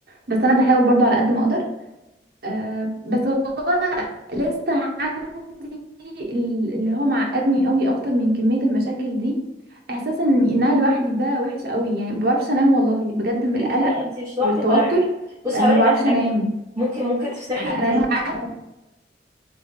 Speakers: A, on the right; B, on the right.
A: بس انا بحاول برضو على قد ما اقدر آه بس هو لسه عندي ال- اللي هو معقدني قوي اكتر من كمية المشاكل دي احساس ان إن انا لوحدي ده وحش قوي يعني ما بعرفش انام والله بجد من القلق
B: انت لا انت مش لوحدك
A: والتوتر
B: ولا حاجة بصي
A: آه
B: هقول
A: ما بعرفش
B: لك على حاجة
A: انام
B: ممكن ممكن تفتحي
A: آه، انا مش عارفة